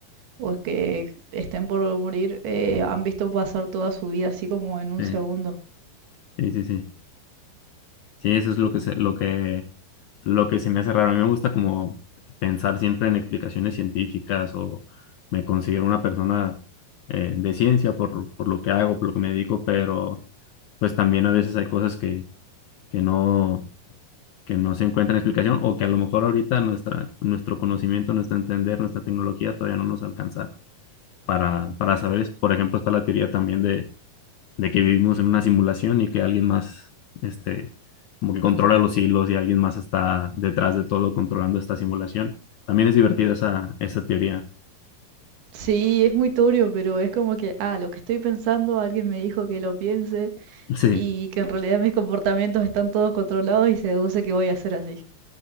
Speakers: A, on the right; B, on the left.
A: o que estén por morir eh, han visto pasar toda su vida así como en un
B: sí,
A: segundo.
B: sí, sí, sí. Sí, eso es lo que se, lo que, lo que se me hace raro. A mí me gusta como pensar siempre en explicaciones científicas o me considero una persona eh, de ciencia por, por lo que hago, por lo que me dedico, pero pues también a veces hay cosas que, que no, que no se encuentran explicación o que a lo mejor ahorita nuestra, nuestro conocimiento, nuestro entender, nuestra tecnología todavía no nos alcanza para, para saber eso. Por ejemplo, está la teoría también de de que vivimos en una simulación y que alguien más, este, como que controla los hilos y alguien más está detrás de todo controlando esta simulación. También es divertida esa, esa teoría.
A: Sí, es muy turbio, pero es como que, ah, lo que estoy pensando, alguien me dijo que lo piense
B: Sí,
A: y que en realidad mis comportamientos están todos controlados y se deduce que voy a ser así.